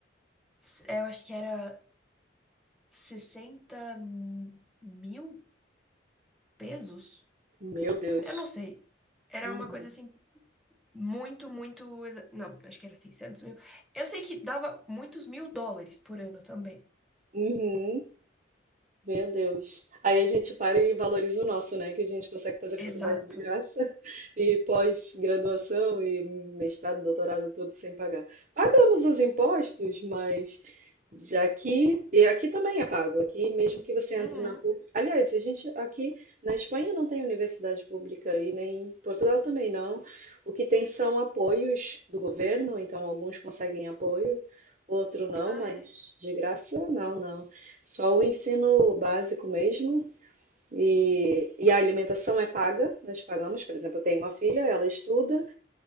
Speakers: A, in the centre; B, on the right (about 40°).
A: s- é, eu acho que era sessenta mil pesos?
B: Meu Deus.
A: Eu não sei. Era
B: Uhum.
A: uma coisa assim, muito, muito. exa- Não, acho que era seiscentos mil. Eu sei que dava muitos mil dólares por ano também.
B: Uhum. Meu Deus. Aí a gente para e valoriza o nosso, né? Que a gente consegue fazer faculdade
A: Exato.
B: de graça <laughs> e pós-graduação e mestrado, doutorado, tudo sem pagar. Pagamos os impostos, mas já aqui, e aqui também é pago. Aqui, mesmo que você entre
A: Uhum.
B: na pública. Aliás, a gente aqui na Espanha não tem universidade pública e nem em Portugal também não. O que tem são apoios do governo, então alguns conseguem apoio, outro não,
A: Ah,
B: mas
A: é?
B: de graça, não, não. Só o ensino básico mesmo. E, e a alimentação é paga, nós pagamos. Por exemplo, eu tenho uma filha, ela estuda,